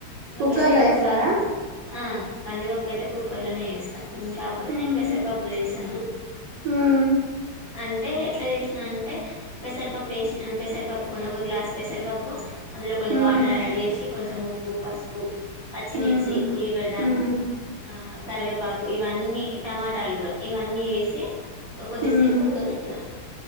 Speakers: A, on the left; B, on the right.
A: ఇంకా
B: కుక్కర్
A: పెసరపప్పుగా
B: లో వేస్తారా
A: ఆ కందిపప్పు అయితే కుక్కర్ లోనే వేస్తా ఉమ్ కాకపోతే
B: ఉమ్,
A: నేను పెసరు పప్పు వేశాను
B: ఉమ్,
A: అంటే ఎట్లా చేసినా అంటే పెసరపప్పు వేసి పెసరపప్పు ఒక గ్లాస్ పెసరపప్పు అందులో కొన్ని
B: ఉమ్,
A: వాటర్ యాడ్ చేసి కొంచెం ఉప్పు పసుపు పచ్చిమిర్చి
B: ఉమ్,
A: ఉల్లిగడ్డ
B: ఉమ్,
A: ఆ కరివేపాకు ఇవన్నీ టమాటాలు కూడా ఇవన్నీ వేసి కొద్దిసేపు
B: ఉమ్
A: ఉడకబెట్టినాం